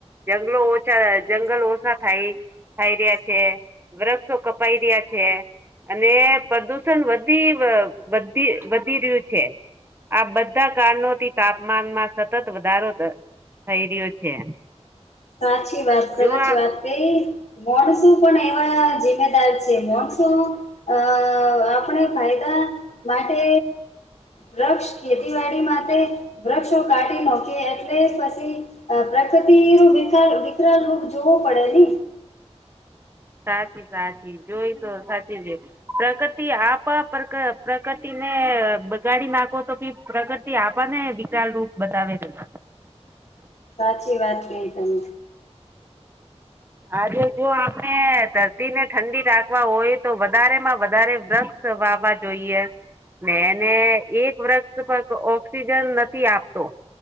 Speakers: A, on the right; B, on the left.
A: જંગલો ઓછા જંગલ ઓછા થાય થાય રહ્યા છે વૃક્ષો કપાઈ રહ્યા છે. છે અને પ્રદુષણ વધી વ વધી વધી રહ્યું છે. આ બધા કારણોથી તાપમાનમાં સતત વધારો ધ થઈ રહ્યો છે.
B: સાચી વાત સરસ
A: જો આ
B: વાત કણ શું પણ એવા છે માણસો અ આપણે ફાયદા માટે વૃક્ષ ખેતીવાડી માટે વૃક્ષો કાઢી નાખે એટલે <unintelligible> પ્રકૃતિ બ વિકરાળ રૂપ જોવો પડે ને.
A: સાચી સાચી જોય તો સાચી છે પ્રકૃતિ આપ પ્ર પ્રકૃતિ બગાડી નાખો તો ભી પ્રગતિ આપવાને વિકાલ રૂપ બતાવે છે. <inaudible>
B: સાચી વાત કઈ તમે.
A: આજે જો આપણે ધરતી ને ઠંડી રાખવા હોય તો વધારે માં વધારે વૃક્ષ વાવા જોઈએ. ને એક વર્ક્ષ ઓક્સિજન નથી આપતો.